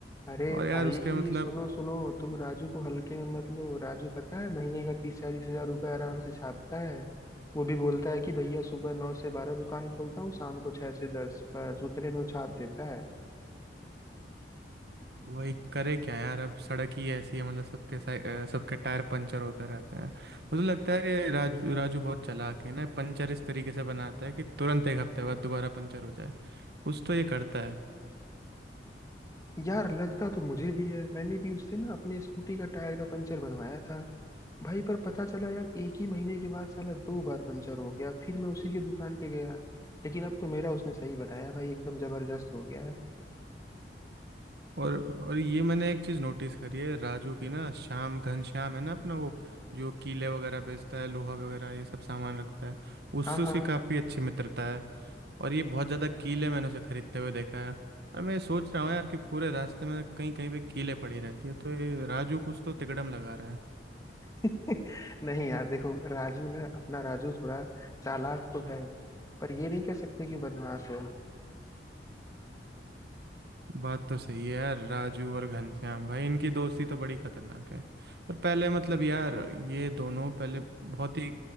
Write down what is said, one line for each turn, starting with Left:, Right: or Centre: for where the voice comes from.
Left: अरे
Right: और यार
Left: भाई
Right: उसके मतलब
Left: सुनो सुनो तुम राजू को हल्के में मत लो राजू पता है महीने का तीस चालीस हजार रुपये आराम से छापता है वो भी बोलता है कि भैया सुबह नौ से बारह दुकान खोलता हूँ शाम को छह से दस बस उतने में वो छाप देता है
Right: वही करे क्या यार अब सड़क ही ऐसी है मतलब सबके साइ- अ, सबके टायर पंचर होते रहते हैं मुझे लगता है ये राजू राजू बहुत चालाक है ना पंचर इस तरीके से बनाता है कि तुरंत एक हफ्ते बाद दोबारा पंचर हो जाए कुछ तो ये करता है
Left: यार लगता तो मुझे भी है मैंने भी उससे ना अपने स्कूटी का टायर का पंचर बनवाया था भाई पर पता चला यार एक ही महीने के बाद साला दो बार पंचर हो गया फिर मैं उसी की दुकान पे गया लेकिन अब तो मेरा उसने सही बनाया भाई एकदम जबरदस्त हो गया है
Right: और और ये मैंने एक चीज़ नोटिस करी है राजू की ना श्याम घनश्याम है ना अपना वो जो कीले वगैरह बेचता है लोहा वगैरह ये सब सामान रखता है उससे
Left: हाँ हाँ
Right: उसकी
Left: हाँ।
Right: काफ़ी अच्छी मित्रता है और ये बहुत ज़्यादा कीले मैंने उसे खरीदते हुए देखा है और मैं ये सोच रहा हूँ यार कि पूरे रास्ते में कहीं कहीं पे कीले पड़ी रहती है तो ये राजू कुछ तो तिकड़म लगा रहा है
Left: <laughs> नहीं यार देखो राजू ना अपना राजू थोड़ा चालाक तो है पर ये नहीं कह सकते कि बदमाश है
Right: बात तो सही है यार राजू और घनश्याम भाई इनकी दोस्ती तो बड़ी खतरनाक है और पहले मतलब यार ये दोनों पहले बहुत ही